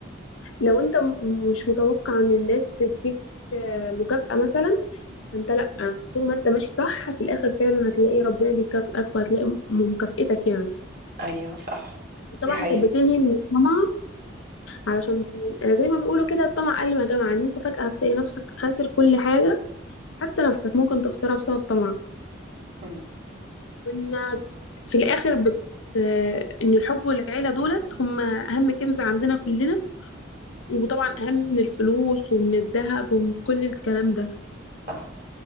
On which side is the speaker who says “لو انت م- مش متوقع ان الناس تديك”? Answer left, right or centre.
Left